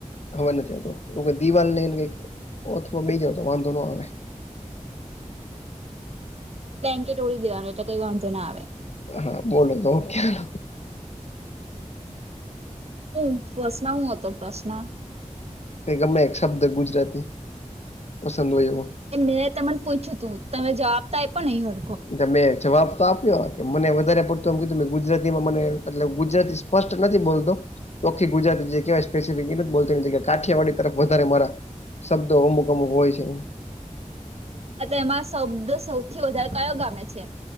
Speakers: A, on the left; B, on the right.
A: હવા નથી આવતો એવ દિવાલ નેને કઈકથવા મે જતો વાંધો ન આવે.
B: બે્ન્કે ટ તોળડી દેવાનું એટલે કઈ વાંધો ના આવે.
A: હા બોલો તો હું ખ્યા.
B: હું પ્રશન હું હતો પ્રશ્ન.
A: ગમે એક શબ્દ ગુજરાતી પસંદ હોય એવો.
B: એ મેં તમને પૂછ્યું તું તમે જવાબ તો આપ્યો નહીં હ.
A: ગમે જવાબ. આપ્યો કે મને વધારે પડતું એમ કીધું મે ગુજરાતીમાં મને ગુજરાતી સ્પષ્ટ નથી બોલતો. ચોખી ગુજરાતિ જે કેવાય સ્પેસફિક એ બોલતા કાઠિયાડી તરફ વધારે મારા. શબ્દો અમુક અમુક હોય છે.
B: એમાં શબ્દ સૌથી વધારે કાયયો ગમે છે.